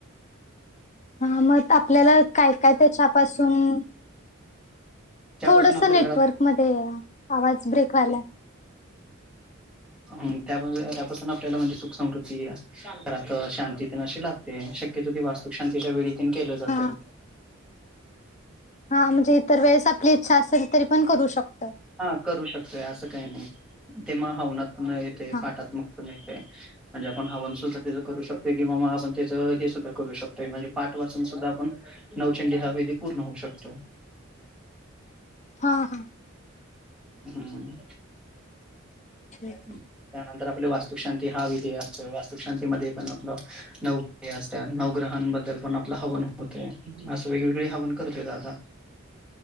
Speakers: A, on the left (about 35°); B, in the centre.
A: हा मग आपल्याला काय काय त्याच्यापासून
B: त्यापासून
A: थोडसं
B: आपल्या
A: नेटवर्क मध्ये या आवाज ब्रेक
B: हे
A: अ
B: हम त्या त्यापासून आपल्याला म्हणजे सुख समृद्धी घरात ते शांतीत अशी लाभते शक्यतो ती वास्तू शांतीच्या वेळी तेन केलं जातं.
A: हा हा म्हणजे इतर वेळेस आपली इच्छा असेल तरी पण करू शकतो.
B: हा करू शकतोय असं काही नाही ते मग हवनात पण येतंय
A: हा
B: पाठात्मक पण येतंय. म्हणजे आपण हवन सुद्धा त्याचं करू शकतोय किंवा मग आपण त्याचं हे सुद्धा करू शकतोय म्हणजे पाठ वाचून सुद्धा आपण नवचंडी हा विधी पूर्ण होऊ शकतोय.
A: हा हा
B: हम्म
A: ठीक.
B: त्यानंतर आपली वास्तुकशांती हा विधी असतोय वास्तुकशांतीमध्ये पण आपलं नऊ ते असत नवग्रहांबद्दल पण आपलं हवन होत असं वेगवेगळे हवन करतोय दादा.